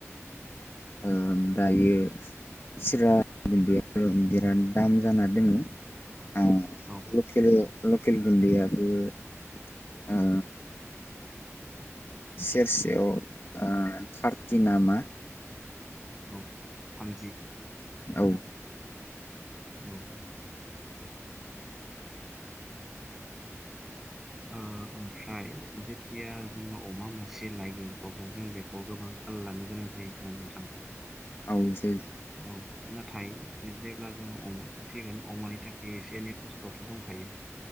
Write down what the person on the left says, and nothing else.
ओ दायो सिरा गुदिया बिराद दाम जाना दोङो आ
लखेल लकेल गुनदैयाबो ओ सेरसेयाव ओ थारति नामा
औ
औ जे